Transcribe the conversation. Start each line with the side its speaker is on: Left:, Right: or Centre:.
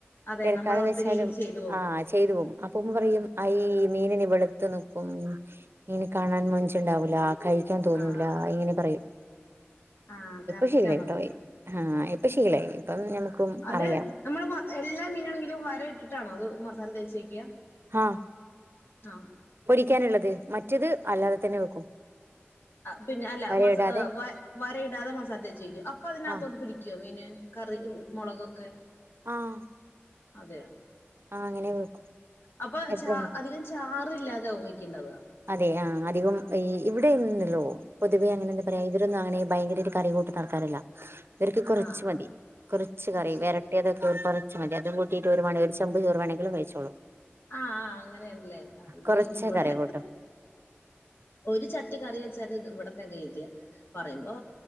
Left: അതെ
Right: പെരക്കാത്ത്
Left: നമ്മള അവിടുത്തെ
Right: വെച്ചാലും
Left: രീതിൽ ചെയ്തു പോകും
Right: ആഹ് ചെയ്തു പോകും അപ്പ പറയും മീനിന് വെളുത്തു നിക്കും. മീന് കാണാൻ മൊഞ്ചുണ്ടാവൂല കഴിക്കാൻ തോന്നൂല
Left: ആഹ്
Right: ഇങ്ങനെ പറയും
Left: ആഹ് കറക്റ്റ്
Right: ഇപ്പൊ ശീലമായി
Left: ആണത്
Right: കേട്ടോ
Left: ട്ടോ
Right: ആഹ് ഇപ്പൊ ശീലമായി ഇപ്പം നമുക്കും
Left: അത്
Right: അറിയാം
Left: നമ്മള് എല്ലാ മീന് ആണെങ്കിലും വര ഇട്ടിട്ടാണോ അത് മസാല തേച്ച് തേച്ച് വയ്ക്ക.
Right: ആഹ്
Left: ആഹ്
Right: പൊടിക്കാനുള്ളത് മറ്റത് അല്ലാതെ തന്നെ വെക്കും
Left: പിന്നെ അല്ല
Right: വര
Left: മസ
Right: ഇടാതെ
Left: വരയിടാതെ മസാല തേച്ച് വയ്ക്കും അപ്പൊ അതിനകത്തോട്ട്
Right: ആഹ്
Left: പിടിക്കുവോ മീനിന് കറിയും മുളകൊക്കെ
Right: ആഹ്
Left: അതെയാ
Right: ആഹ് അങ്ങനെ വെക്കും
Left: അപ്പൊ
Right: എപ്പഴും
Left: ചാർ
Right: വെക്കും
Left: അധികം ചാറില്ലാതെ ആവും വെക്കുണ്ടാവുക
Right: അതെ ആഹ് അധികം ഈ ഇവിടെയുണ്ടല്ലോ പൊതുവേ അങ്ങനെ എന്താ പറയാ ഇവരൊന്നും അങ്ങനെ ഭയങ്കര കറി കൂട്ടുന്നാൾക്കാരല്ല ഇവർക്ക് കുറച്ച്
Left: ആഹ്
Right: മതി
Left: ആഹ്
Right: കുറച്ച് കറി
Left: അത് ശരി
Right: വരട്ടിയ അതൊക്കെ അത് മതി അത് കൂട്ടിട്ട് ഓരു വേണമെങ്കിൽ ഒരു ചെമ്പ് ചോറെങ്കിലും കഴിച്ചോളും
Left: ആഹ് ആഹ് അങ്ങനെയല്ലേ ആഹ് അയ്യോ
Right: കൊറച്ചേ
Left: ഇവിടെ.
Right: കറി കൂട്ടും
Left: ഒരു ചട്ടി കറി വെച്ചാല് ഇവിടത്തന്നെ എത്തില്ല പറയുമ്പോ